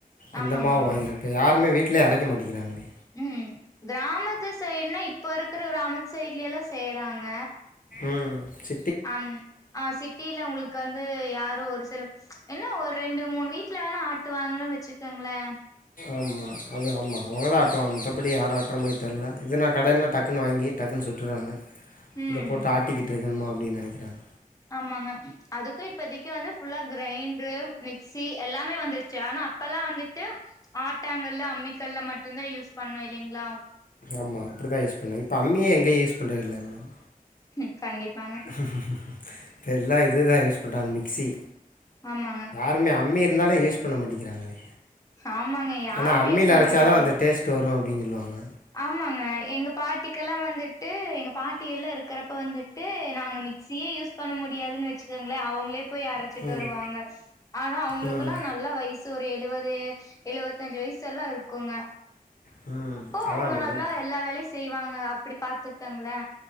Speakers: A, on the left; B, on the left.
A: ஆமாங்க
B: அந்த மாவு
A: ஆமாங்க
B: வாங்கிக்றாங் இப்போ யாருமே வீட்லே அரைக்க மாட்டேக்கிறாங்களே
A: ம் கிராமத்து சைட்னா இப்ப இருக்கற கிராமத்து சைட்லேல்லா செய்யுறாங்க
B: ம் ச
A: அம் ஆ சிட் ட்டீல உங்களுக்கு வந்து யாரோ ஒரு சில என்ன ஒரு ரெண்டு மூணு வீட்டுல வேணா ஆட்டுவாங்களன்னு வச்சிக்கோங்களே
B: ஆமா அது ஆமா அவங்கதா ஆட்டுவாங்க மித்தபடி யாரு ஆட்டுற மாரி தெர்ல இதுன்னா கடைனா டக்குன்னு வாங்கி டக்குன்னு சுட்டுர்றாங்க
A: ம்
B: இதப் போட்டு ஆட்டிக்கிட்டு இருக்கணுமா அப்டின்னு நெனக்கிறாங்க
A: ஆமாங்க அதுக்கு இப்பதைக்கு வந்து ஃபுல்லா கிரைண்ட்ரு மிக்சி எல்லாமே வந்துருச்சு ஆனா அப்பல்லா வந்துட்டு ஆட்டாங்கல்லு அம்மிக்கல்ல மட்டுந்தா யூஸ் பண்ணோ இல்லீங்களா
B: ஆமா அப்டிதா யூஸ் பண்ணோ இப்போ அம்மியே எங்கே யூஸ் பண்றதில்ல மேடம்
A: ம் கண்டிப்பா
B: இப்போ எல்லா இதுதா யூஸ் பண்றாங்க மிக்சி
A: ஆமாங்க
B: இல்ல அம்மி இருந்தாலு யூஸ் பண்ண மாட்டேக்கிறாங்களே
A: ஆமாங்க யாருமே
B: ஆனா அம்மியில
A: யூஸ் பண்ண
B: அரச்சாதா
A: மாட்டீங்க
B: அந்த டேஸ் ட்டு வரு அப்டின் சொல்வாங்க
A: ஆமாங்க எங்க பாட்டிக்கெல்லா வந்துட்டு எங்க பாட்டி எல்லா இருக்கறப்போ வந்துட் ட்டு நாங்க மிக்சியே யூஸ் பண்ண முடியாதுன்னு வச்சுக்கோங்களே அவங்களே போய் அரச்சிட்டு
B: ம்
A: வருவாங்க ஆனா அவங்களுக்குல்லா
B: ம்
A: நல்ல வயசு த்தொரு எழுவது எழுவத்தஞ்சு வயசு வர்ல இருக்குங்க
B: ம்
A: ப்போ
B: அதா
A: அவங்க
B: மேடம்
A: நல்லா எல்லா வேலயு செய்வாங்க அப்டி பாத்துக்கங்களே